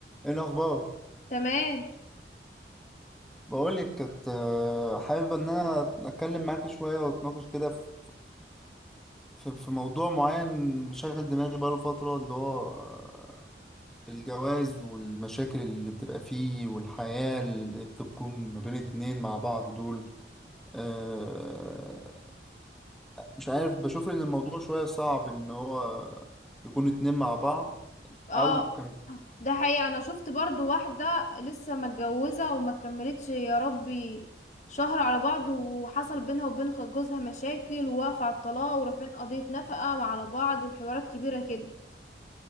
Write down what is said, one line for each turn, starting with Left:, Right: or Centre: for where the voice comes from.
Centre: ايه الاخبار
Left: تمام
Centre: بقولك كنت آه، حابب ان انا اتكلم معاكي شويه واتناقش كده في في في موضوع معين شاغل دماغي بقاله فتره اللي هو آه، الجواز والمشاكل اللي بتبقى فيه والحياه اللي بتكون ما بين اتنين مع بعض دول آه، مش عارف بشوف ان الموضوع شويه صعب ان هو يكون اتنين مع بعض
Left: اه
Centre: او كانوا
Left: ده حقيقة انا شفت برضو واحدة لسه متجوزة وما كملتش يا ربي شهر على بعض وحصل بينها وبين خ- جوزها مشاكل ووقف على الطلاق ورافعين قضية نفقة على بعض وحوارات كبيرة كده